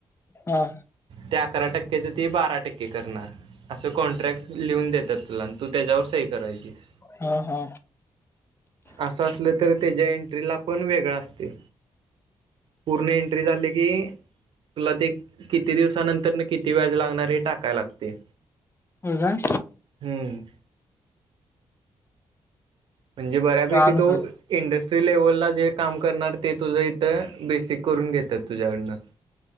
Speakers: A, on the left; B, on the right.
A: हा
B: ते अकरा टक्क्याच ती बारा टक्के करणार असं कॉन्ट्रॅक्ट लिहून देतात तुला. तू त्याच्यावर सही करायचीस.
A: हा हा
B: असं असलं तरी त्याच्या एंट्रीला पण वेगळा असते. पूर्ण एंट्री झाली की. तुला ते किती दिवसानंतर न किती व्याज लागणार हे टाकाय लागते.
A: हो का.
B: हम्म. म्हणजे बऱ्यापैकी
A: कळालं
B: तो
A: सोड
B: इंडस्ट्री लेव्हलला जे काम करणार ते तुझं इथं बेसिक. करून घेतात तुझ्याकडनं.